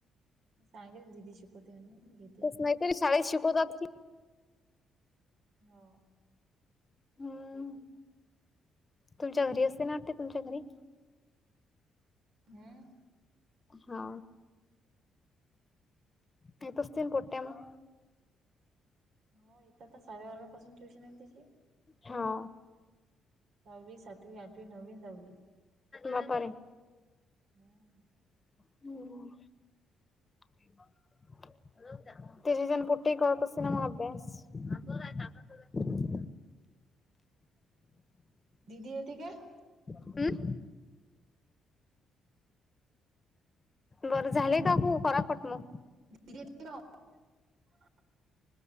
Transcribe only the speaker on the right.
सांगेल दिदी शिकवते घेत
हो.
हम्म.
हो इथं <unintelligible> ट्युशन आहे ना तिची.
सव्वी, सातवी, आठवी, नववी, दहावी.
हम्म.
दीदी येती काय?
<unintelligible>